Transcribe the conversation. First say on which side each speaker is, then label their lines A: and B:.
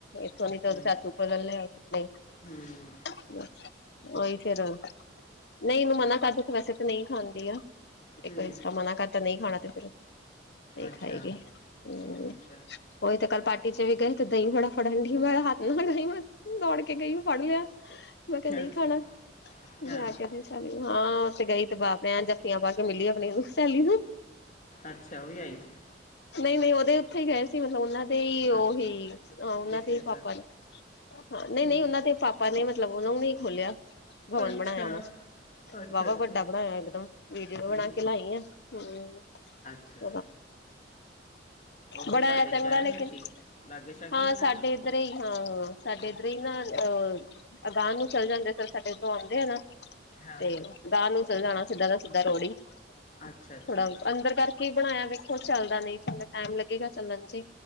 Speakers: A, on the left (about 60°); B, on the left (about 40°).
A: ਇੱਥੋਂ ਨਹੀਂ ਤੇ <unintelligible>
B: ਹਮ
A: ਲੈ ਲੇ।
B: ਹਮ
A: ਉਹੀ ਫੇਰ, ਨਹੀਂ ਇਹਨੂੰ ਮਨਾ ਕਰਦੇ ਤੇ ਵੈਸੇ। ਨਹੀਂ ਖਾਂਦੀ ਆ, ਜੇ
B: ਹਮ
A: ਕਿਸੇ ਮਨਾ ਕਰਤਾ ਨਹੀਂ ਖਾਣਾ, ਤੇ ਫਿਰ ਨਹੀਂ
B: ਅੱਛਾ
A: ਖਾਏਗੀ, ਹੰ।
B: ਅੱਛਾ
A: ਉਹ ਤੇ ਕੱਲ ਪਾਰਟੀ ਚ ਵੀ ਗਏ ਤੇ ਦਹੀਂ ਵਡਾ ਫਟਾਫਟ <unintelligible> ਹੱਥ <unintelligible> ਦੌੜ ਕੇ ਗਈ ਫੜ੍ਹ ਲਿਆ, ਮੈਂ ਕਿਹਾ ਨਹੀਂ
B: ਅੱਛਾ
A: ਖਾਣਾ। <unintelligible>
B: ਹਾਂ,
A: ਹਾਂ, ਉੱਥੇ ਗਈ ਤੇ ਬਾਪ ਨੇ ਜੱਫੀਆਂ ਪਾ ਕੇ ਮਿਲੀ ਆਪਣੀ ਸੇਲੀ ਨੂੰ।
B: ਅੱਛਾ, ਉਹ ਵੀ ਆਈ ਸੀ।
A: ਨਹੀਂ- ਨਹੀਂ ਉਹ ਤੇ ਉੱਥੇ ਹੀ ਗਏ ਸੀ । ਮਤਲਬ ਉਹਨਾਂ ਦੇ ਹੀ ਉਹੀ,
B: ਅੱਛਾ
A: ਉਹਨਾਂ
B: ਰਿਸ਼ਤੇਦਾਰ
A: ਦੇ ਪਾਪਾ ਨੂੰ। ਹ ਨਹੀਂ-ਨਹੀਂ,
B: ਹੂੰ,
A: ਨੂੰ ਉਹਨਾਂ ਦੇ ਪਾਪਾ ਨੇ ਮਤਲਬ ਉਹਨਾਂ ਨੇ ਹੀ ਖੋਲਿਆ, ਭਵਨ
B: ਅੱਛਾ।
A: ਬਣਾਇਆ ਵਾ
B: ਅੱਛਾ-ਅੱਛਾ,
A: ਵਾਵਾ ਵੱਡਾ ਬਣਾਇਆ ਇਕਦਮ, ਵੀਡੀਓ
B: ਹੂੰ,
A: ਬਣਾ ਕੇ ਲਾਈ ਐਂ? ਹੰ, <unintelligible>
B: ਅੱਛਾ ਉਹਦੇ
A: ਬੜਾ
B: ਤੁਹਾਡੇ
A: ਆ ਚੰਗਾ
B: ਸ਼ਹਿਰ
A: ਲੇਕਿਨ।
B: ਵਿੱਚ ਹੀ ਲਾਗੇ ਸ਼ਾਗੇ
A: ਹਾਂ
B: ਹੀ ਬਣਾਇਆ
A: ਸਾਡੇ ਇੱਧਰੇ ਹੀ ਹਾਂ ਹਾਂ, ਸਾਡੇ ਇੱਧਰ
B: ਅੱਛਾ
A: ਹੀ ਨਾ ਅਹ ਅਗਾਂਹ ਨੂੰ ਚਲੇ ਜਾਂਦੇ । ਸਾਡੇ ਉੱਧਰੋਂ ਆਉਂਦੇ ਆ ਨਾ,
B: ਹਾਂ,
A: ਤੇ ਗਾਹ ਨੂੰ ਚਲੇ ਜਾਣਾ। ਸਿੱਧਾ ਦਾ ਸਿੱਧਾ ਰੋੜ ਈ।
B: ਅੱਛਾ-ਅੱਛਾ,
A: ਥੋੜਾ ਅੰਦਰ ਕਰਕੇ ਹੀ ਬਣਾਇਆ, ਵੇਖੋ ਚੱਲਦਾ ਨਹੀਂ ਚੱਲਦਾ। ਟਾਈਮ ਲੱਗੇਗਾ ਚੱਲਣ ਚ।